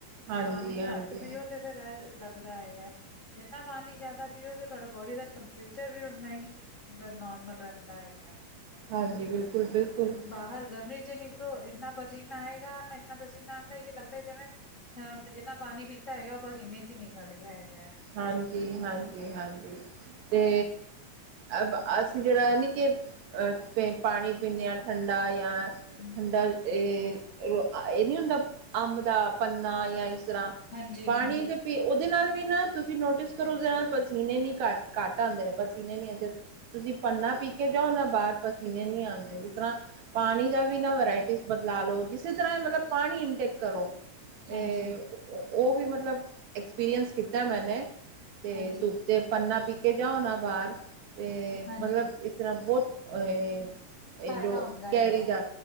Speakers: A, on the right (about 70°); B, on the left (about 55°).
A: ਹਾਂਜੀ,
B: ਪਾਣੀ
A: ਹਾਂਜੀ,
B: ਘੱਟ ਪੀਓ ਤੇ ਫਿਰ ਇਹ ਲੱਗਦਾ ਹੈਗਾ ਜਿੰਨਾ ਪਾਨੀ ਜ਼ਿਆਦਾ ਪੀਓਗੇ ਤੁਹਾਡਾ ਬੋਡੀ ਦਾ ਟੈਂਪਰੇਚਰ ਵੀ ਉਨਾ ਹੀ। ਮਤਲਬ ਨੋਰਮਲ ਰਹਿੰਦਾ ਹੈਗਾ
A: ਹਾਂਜੀ, ਬਿਲਕੁਲ, ਬਿਲਕੁਲ।
B: ਬਾਹਰ ਗਰਮੀ ਚ ਨੀ ਇੰਨਾ ਪਸੀਨਾ ਆਏਗਾ ਇੰਨਾ ਪਸੀਨਾ ਆਂਦਾ ਕਿ ਲਗਦਾ ਜਿਵੇਂ ਹ ਜਿੰਨਾ ਪਾਨੀ ਪੀਤਾ ਹੈਗਾ ਉਹ ਪਸੀਨੇ ਚ ਈ ਨਿਕਲ ਗਿਆ ਹੈਗਾ
A: ਹਾਂਜੀ ਹਾਂਜੀ ਹਾਂਜੀ ਤੇ ਅ ਅਸੀਂ ਜਿਹੜਾ ਨੀ ਕੇ ਅ ਪਾਣੀ ਪੀਂਨੇ ਆ ਠੰਡਾ ਯਾ
B: ਹੁ
A: ਹੁੰਦਾ ਇਹ ਨਹੀਂ ਹੁੰਦਾ ਅੰਬ ਦਾ ਪੰਨਾ ਜਾਂ ਇਸ ਤਰ੍ਹਾਂ।
B: ਹਾਂਜੀ,
A: ਪਾਣੀ
B: ਹਾਂਜੀ,
A: ਤੇ ਪੀ ਉਹਦੇ ਨਾਲ ਵੀ ਨਾ। ਤੁਸੀਂ ਨੋਟਿਸ ਕਰੋ ਉਹਦੇ ਨਾਲ ਪਸੀਨੇ ਨੀ ਘੱਟ ਘੱਟ ਆਂਦੇ ਨੇ ਪਸੀਨੇ ਨਹੀਂ ਆਂਦੇ। ਤੁਸੀਂ ਪੰਨਾ ਪੀ ਕੇ ਜਾਓ ਨਾ ਬਾਹਰ ਪਸੀਨੇ ਨਹੀਂ ਆਂਦੇ ਇਸ ਤਰ੍ਹਾਂ ਪਾਣੀ ਦਾ ਵੀ ਨਾ ਵਰਾਇਟੀ ਚ ਬਦਲਾ ਲੋ ਕਿਸੇ ਤਰ੍ਹਾਂ ਮਤਲਬ ਪਾਣੀ ਇਨਟੇਕ ਕਰੋ। ਤੇ
B: ਹਾਂਜੀ,
A: ਉਹ ਵੀ ਮਤਲਬ ਐਕਸਪੀਰੀਅੰਸ ਕੀਤਾ ਮੈਨੇ ਤੇ
B: ਹਾਂਜੀ,
A: ਤੂੰ ਤੇ ਪੰਨਾ ਪੀ ਕੇ ਜਾਓ ਨਾ ਬਾਹਰ ਤੇ
B: ਹਾਂਜੀ
A: ਮਤਲਬ। ਇਸ ਤਰ੍ਹਾਂ ਬਹੁਤ ਅ
B: ਫਾਇਦਾ
A: ਇਹ ਜੋ
B: ਹੁੰਦਾ
A: ਕੈਰੀ
B: ਹੈਗਾ
A: ਦਾ